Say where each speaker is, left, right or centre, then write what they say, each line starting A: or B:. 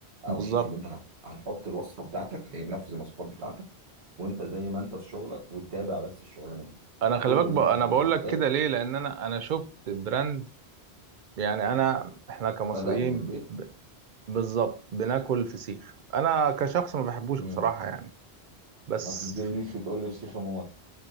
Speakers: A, on the right; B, on the right.
A: بالظبط
B: أو شيف اللي انت هت- هنحط الوصفة بتاعتك هينفذ المواصفات بتاعتك وانت زي ما انت في شغلك بتتابع بس الشغلانة دي
A: انا خلي
B: كل
A: بالك
B: اللي
A: ب... انا
B: انت هتبقى
A: بقول
B: محتاج
A: لك كده ليه لان انا انا شفت براند يعني انا احنا كمصريين
B: بدأ من البيت
A: بالظبط بناكل فسيخ انا كشخص ما بحبوش
B: مم.
A: بصراحه يعني بس
B: ما تصدمنيش
A: في...
B: وتقول لي فسيخ أم امك